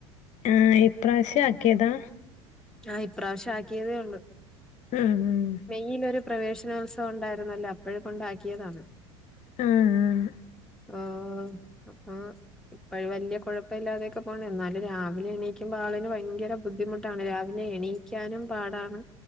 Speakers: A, on the left; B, in the centre.
A: ആഹ് ഇപ്രാശ്യാക്കിയതാ
B: ആഹ് ഇപ്രാശ്യം ആക്കിയതേഒള്ളൂ
A: ഉം ഉം
B: ഈ ന്നൊരു പ്രവേശനോത്സവം ഉണ്ടായിര്ന്നല്ലോ അപ്പഴേ കൊണ്ടാക്കിയതാണ്.
A: ഉം ഉം
B: ഓഹ് അ ഇപ്പഴ് വല്യ കൊഴപ്പല്ല്യാതെയൊക്കെ പോണ് എന്നാലും രാവിലെ എണീക്കുമ്പൊ ആളിന് ഭയങ്കര ബുദ്ധിമുട്ടാണ് രാ പിന്നെ എണീക്കാനും പാടാണ്.